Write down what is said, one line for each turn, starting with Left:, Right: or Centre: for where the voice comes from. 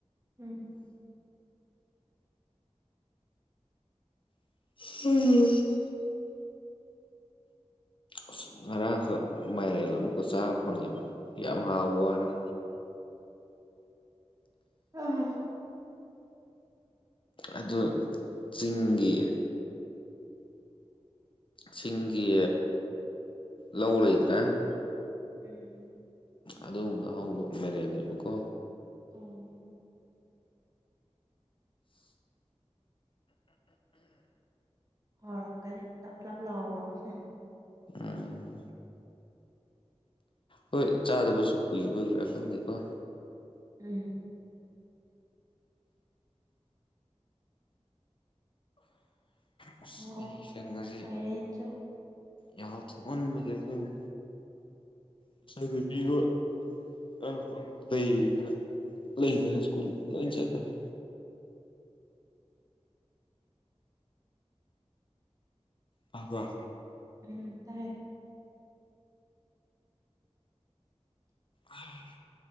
Right: ꯎꯝ
Left: <unintelligible>
Right: <inaudible>
Left: ꯑꯁ ꯉꯔꯥꯡ ꯈꯛ ꯃꯥꯏꯔꯦꯜ ꯑꯃꯨꯛꯀ ꯆꯥꯕ ꯐꯪꯉꯦꯕ ꯌꯥꯝ ꯍꯥꯎꯕ ꯋꯥꯅꯤ
Right: ꯑꯥ
Left: ꯑꯗꯨ ꯆꯤꯡꯒꯤ ꯆꯤꯡꯒꯤ ꯂꯧ ꯂꯩꯗꯅ
Right: ꯎꯝ
Left: ꯑꯗꯨꯒꯨꯝꯕ ꯍꯧꯕ ꯃꯥꯏꯔꯦꯟꯅꯦꯕꯀꯣ
Right: ꯑꯣ ꯍꯥꯎꯔꯝꯒꯅꯤ ꯅꯞ ꯅꯞ ꯂꯥꯎꯕ꯭꯭ꯔꯣ <unintelligible>
Left: ꯎꯝ ꯍꯣꯏ ꯆꯥꯗꯕꯁꯨ ꯀꯨꯏꯕꯒꯤꯔꯥ ꯈꯪꯗꯦꯀꯣ
Right: ꯎꯝ
Left: ꯑꯁ
Right: ꯍꯥꯎ
Left: ꯑꯩꯁꯦ ꯉꯁꯤ
Right: ꯃꯥꯏꯔꯦꯟꯖꯨ
Left: ꯌꯥꯍꯧ ꯊꯦꯡꯃꯟꯕꯒꯤꯔ ꯈꯪꯗꯦ ꯉꯥꯁꯥꯏ ꯕꯦꯕꯤ ꯈꯣꯏ <unintelligible> ꯁ꯭ꯀꯨꯜ ꯂꯣꯏ ꯆꯠꯈꯔꯦ
Right: <inaudible>
Left: ꯇꯕ꯭ꯔ
Right: ꯎꯝ ꯇꯥꯏꯌꯦ
Left: ꯑꯍꯝ